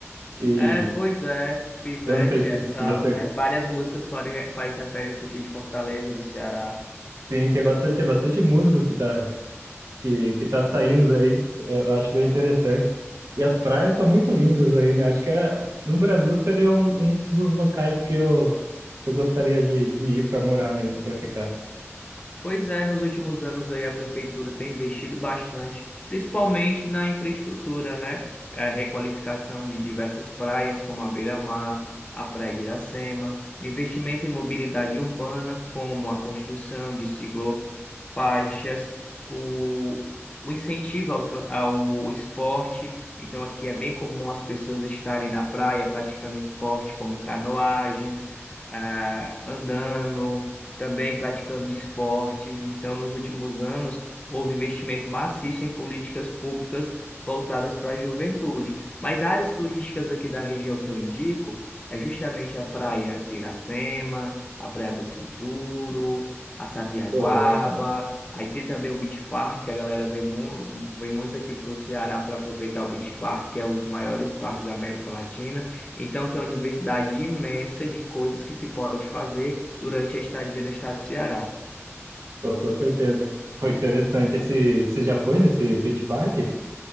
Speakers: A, on the right; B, on the left.
A: e
B: É, pois é. Pivete,
A: eu não sei se,
B: é
A: se
B: sal,
A: você,
B: né? Várias músicas fazem faz referência aqui de Fortaleza, do Ceará.
A: sim, tem bastante, tem bastante músico que tá, que, que tá saindo aí, eu acho bem interessante, e as praias são muito lindas aí, né, acho que é, no Brasil seria um, um dos locais que eu, que eu gostaria de, de ir para morar mesmo, para ficar.
B: Pois é, nos últimos anos aí a prefeitura tem investido bastante, principalmente na infraestrutura, né? É, requalificação de diversas praias, como a Beira-Mar, a Praia de Iracema, investimento em mobilidade urbana, como a construção de ciclofaixas, o, o incentivo ao, tra- ao esporte. Então, aqui é bem comum as pessoas estarem na praia praticando esporte, como canoagem, ah, andando também praticando esportes. Então, nos últimos anos, houve investimento maciço em políticas públicas voltadas para a juventude. Mas áreas turísticas aqui da região que eu indico é justamente a Praia de Iracema, a Praia do Futuro, a Sabiaguaba.
A: Pô, bem,
B: Aí tem também o Beach Park, que a galera vem, mu- vem muito aqui para o Ceará para aproveitar o Beach Park, que é um dos maiores parques da América Latina. Então tem uma diversidade imensa de coisas que se pode fazer durante a estadia no estado do Ceará.
A: pô, com certeza, foi interessante, esse, você já foi nesse Beach Park? <laughs>